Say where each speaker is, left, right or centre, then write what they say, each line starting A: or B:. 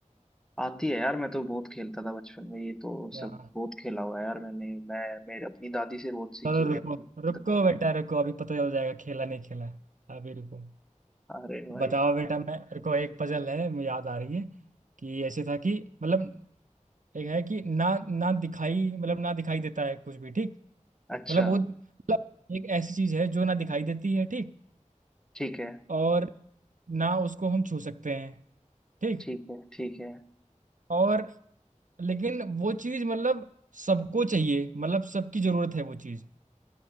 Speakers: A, in the centre; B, on the right (about 75°).
A: आती है यार मैं तो बहुत खेलता था बचपन में ये तो
B: क्या
A: सब बहुत खेला हुआ है यार मैंने मैं मेरे अपनी दादी से बहुत सीखी
B: चलो
A: हुई
B: रुको
A: है
B: रुको बेटा रुको अभी पता चल जाएगा खेला नहीं खेला अभी रुको
A: अरे भाई
B: बताओ बेटा मैं मेरे को एक पजल है मुझे याद आ रही है कि ऐसे था कि मतलब एक है कि ना ना दिखाई मतलब ना दिखाई देता है कुछ भी ठीक
A: अच्छा
B: मतलब वो मतलब एक ऐसी चीज है जो ना दिखाई देती है ठीक
A: ठीक है
B: और ना उसको हम छू सकते हैं ठीक
A: ठीक है ठीक है
B: और लेकिन वो चीज मतलब सबको चाहिए मतलब सबकी जरूरत है वो चीज